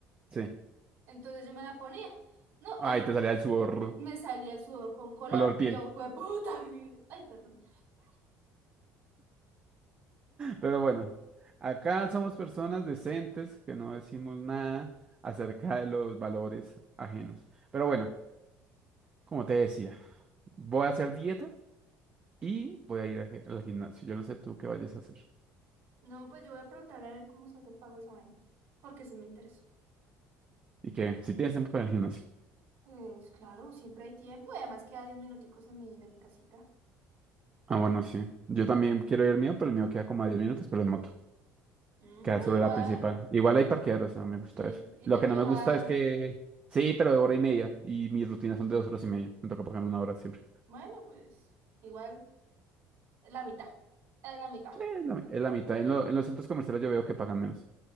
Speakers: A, on the right; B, on the right.
A: Sí.
B: entonces yo me la ponía, no,
A: Ay,
B: y yo
A: te salía el sudor
B: me salía el sudor con color,
A: color
B: y
A: piel.
B: yo, güey, puta, <laughs> ay, perdón.
A: Pero bueno, acá somos personas decentes que no decimos nada acerca de los valores ajenos. Pero bueno, como te decía, voy a hacer dieta y voy a ir a gi- al gimnasio. Yo no sé tú qué vayas a hacer.
B: No, pues yo voy a preguntar a ver cómo sale el pago de esa vaina, porque sí me interesó.
A: ¿Y qué? Si tienes tiempo para el gimnasio.
B: Pues claro, siempre hay tiempo y además queda diez minuticos de mi, de mi casita.
A: Ah, bueno, sí. Yo también quiero ir al mío, pero el mío queda como a 10 minutos, pero en moto.
B: Mm,
A: Queda
B: pues
A: sobre
B: igual,
A: la principal. Igual hay parquear, o sea, me gusta
B: sí,
A: eso.
B: y
A: Lo
B: te
A: que
B: lo
A: no
B: dejan,
A: me gusta es que... Sí, pero de hora y media. Y mis rutinas son de dos horas y media. Me toca pagar una hora siempre.
B: bueno, pues igual la mitad, es la mitad.
A: Eh, Es la, mi- es la mitad. En, lo- en los centros comerciales yo veo que pagan menos.